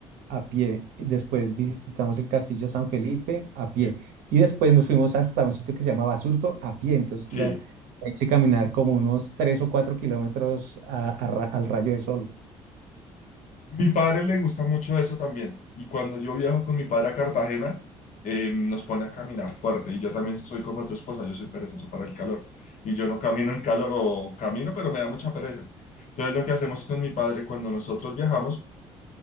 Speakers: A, on the right; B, on the left.
A: a pie, y después visitamos el castillo San Felipe a pie
B: Eh,
A: y después nos fuimos hasta un sitio que se llama Basurto a pie, entonces
B: sí.
A: la, la hice caminar como unos tres o cuatro kilómetros a- a ra- al rayo de sol.
B: Mi padre le gusta mucho eso también. Y cuando yo viajo con mi padre a Cartagena, eh, nos pone a caminar fuerte. Y yo también soy como tu esposa, yo soy perezoso para el calor. Y yo no camino en calor o camino, pero me da mucha pereza. Entonces lo que hacemos con mi padre cuando nosotros viajamos